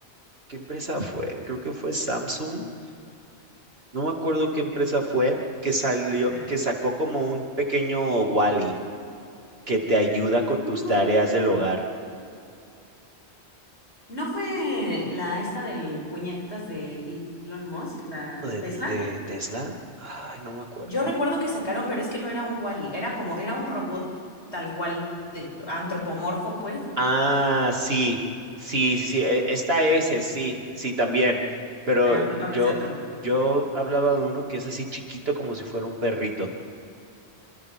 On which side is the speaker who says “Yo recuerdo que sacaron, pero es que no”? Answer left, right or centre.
Left